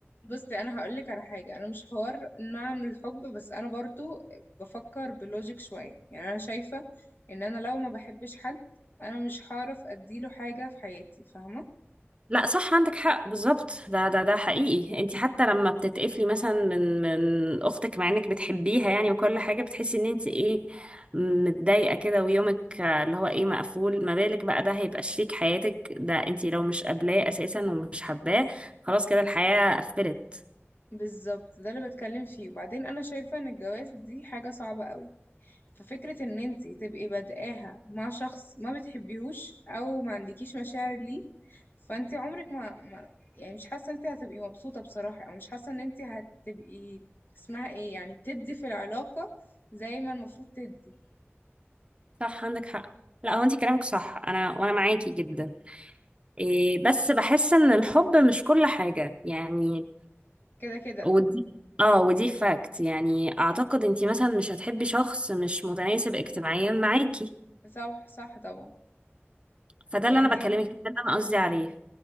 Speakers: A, on the left (about 50°); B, on the right (about 25°).
A: بصي انا هقولك على حاجة انا مش حوار نعم للحب بس انا برضو بفكر بلوجيك شوية يعني انا شايفة ان انا لو ما بحبش حد انا مش هعرف اديله حاجة في حياتي فاهمة
B: لا صح عندك حق بالظبط ده ده ده حقيقي انت حتى لما بتتقفلي مثلا من من اختك مع انك بتحبيها يعني وكل حاجه بتحسي ان انت ايه متضايقه كده ويومك آه، اللي هو ايه مقفول ما بالك بقى ده هيبقى شريك حياتك ده انت لو مش قابلاه اساسا ومش حباه خلاص كده الحياه قفلت
A: بالظبط ده اللي بتكلم فيه وبعدين انا شايفة ان الجواز دي حاجة صعبة قوي ففكرة ان انتي تبقي بادئاها مع شخص ما بتحبيهوش او ما عندكيش مشاعر ليه فانتي عمرك ما, ما يعني مش حاسة انتي هتبقي مبسوطة بصراحة او مش حاسة ان انتي هتبقي اسمها ايه يعني بتدي في العلاقة زي ما المفروض تدي
B: صح عندك حق لا هو انت كلامك صح انا وانا معاكي جدا إيه بس بحس ان الحب مش كل حاجه يعني
A: كده كده
B: ودي اه ودي فاكت يعني اعتقد انتي مثلا مش هتحبي شخص مش متناسب اجتماعيا معاكي
A: صح صح طبعا
B: فده
A: يعني
B: اللي انا
A: دي
B: بكلمك ده اللي انا قصدي عليه